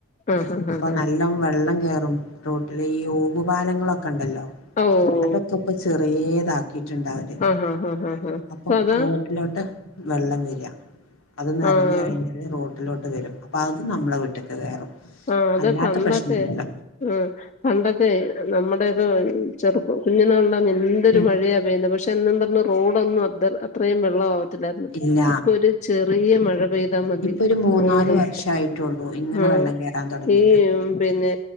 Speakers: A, on the left; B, on the left.
A: ആഹ് ഹാ
B: അപ്പം
A: ഹാ ഹാ
B: നല്ല വെള്ളം കേറും റോട്ടില ഈ ഓവുപാലങ്ങളൊക്കെ ഇണ്ടല്ലോ
A: ഓഹ്
B: അതൊക്കെ ഇപ്പോ ചെറിയേതാക്കും ണ്ടാവല്
A: ആഹ് ഹാ ഹാ ഹാ ഹാ
B: അപ്പം
A: അപ്പൊ അതാ
B: റോഡിലോട്ട് വെള്ളം വരിക അത് നിറഞ്ഞ
A: ആഹ്
B: കഴിഞ്ഞാല് റോ വീട്ടിലോട്ട് വരും അപ്പ അത് നമ്മളെ വീട്ടേക്ക് കേറും
A: ആഹ് അത്
B: അല്ലാത്ത
A: പണ്ടൊക്കെ
B: പ്രശ്നൊന്നുല്ല
A: ആഹ് പണ്ടൊക്കെ നമ്മുടെ ചെറുപ്പം കുഞ്ഞിനാളി എന്തൊരു
B: ഉം
A: മഴയാ പെയ്യുന്നത് പക്ഷെ എന്നും പറഞ്ഞ്- റോഡ് ഒന്നും അദ് അ- ഇത്രയും വെള്ളം ആവത്തില്ലായിരുന്നു
B: ഇല്ല
A: ഇപ്പൊ ഒരു ചെറിയ മഴ പെയ്താ മതി
B: ഇപ്പൊ ഒരു മൂന്നാല്
A: റോഡും
B: വർഷായിട്ടുള്ളൂ ഇങ്ങനെ
A: ആഹ്
B: വെള്ളം കേറാൻ തുടങ്ങിയിട്ട്
A: ഏ <unintelligible> പിന്നെ